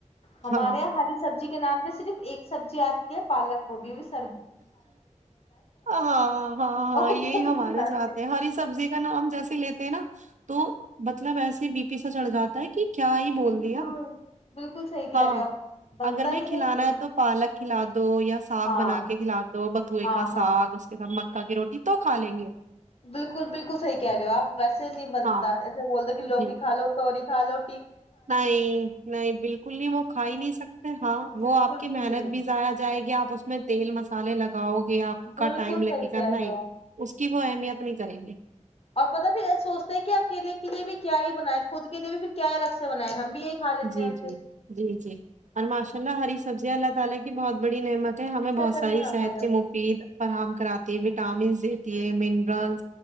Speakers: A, on the left (about 50°); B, on the right (about 75°).
A: ہمارے
B: ہاں
A: یہاں ہری سبزی کے نام پہ صرف ایک سبزی آتی ہے پالک وہ بھی اس
B: ہاں ہاں ہاں
A: اور
B: یہی
A: کبھی
B: ہمارے
A: نہیں
B: ساتھ
A: آتی
B: ہے ہری سبزی کا نام جیسے لیتے ہیں نا تو مطلب ایسے بی پی س چڑھ جاتا ہے کہ کیا ہی بول
A: بالکل
B: دیا
A: بالکل صحیح کہہ
B: ہاں
A: رہے ہو آپ بنتا
B: اگر میں
A: ہی
B: کھلانا
A: نہیں
B: ہے تو پالک کھلا دو یا ساگ
A: ہاں
B: بنا کے کھلا دو بتوئے
A: ہاں
B: کا ساگ
A: ہاں
B: اس کے ساتھ مکا کی روٹی ت تو کھا لیں گے
A: بالکل بالکل صحیح کہہ رہے ہو آپ ویسے نہیں بنتا
B: ہاں
A: ایسے بول دو ہو کہ لوکی
B: جی
A: کا لو توی سالو
B: نہیں نہیں بالکل نہیں وہ کھا ہی نہیں سکتے ہاں
A: بالکل
B: وہ آپ کی محنت
A: نہیں
B: بھی ضائیا جائے گی آپ اس میں تیل مسالے لگ لگاؤ گے آپ
A: بالکل
B: کا ٹائم
A: صحیح
B: لگے گا
A: کہہ
B: ن
A: رہے ہو آپ
B: اس کی وہ اہمیت نہیں جی گے
A: اور پت پھر سوچتے ہیں کہ اکیلے کے لیے بھی کیا ہی بنائے خود کے لیے بھی پھر کیا الگ سے بنیں ہم بھی یہی کھا لیتے
B: جی
A: ہیں
B: جی
A: پھر
B: جی جی اور معاش اللہ ہری سبزی ا اللہ تعالی کی بہت بڑی نعمت ہمیں بہت
A: چکر
B: ساری
A: میں ہمارا
B: صحت کے مفید فراہم کراتی ہے وٹامنس دیتی ہے م